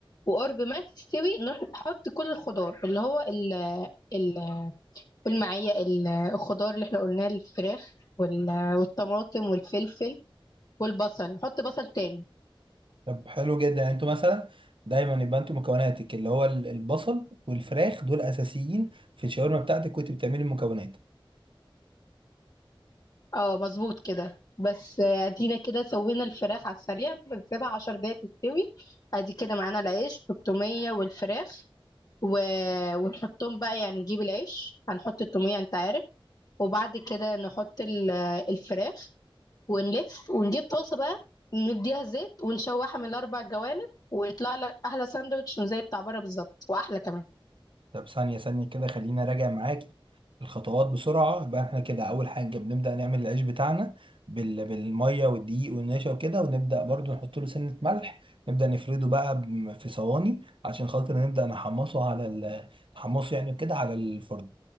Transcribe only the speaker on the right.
طب حلو جدا يعني انتوا مثلا دايما يبقى انتوا مكوناتك اللي هو ال- البصل والفراخ دول اساسيين في الشاورما بتاعتك وانت بتعملي المكونات
طب ثانيه ثانيه كده خلينا راجع معاك الخطوات بسرعة يبقى احنا كده أول حاجة بنبدأ نعمل العيش بتاعنا بال... بالمية والدقيق والنشا وكده ونبدأ برضو نحط له سنة ملح نبدأ نفرده بقى بم- في صواني عشان خاطر نبدأ نحمصه على ال... نحمصه يعني كده على الفرن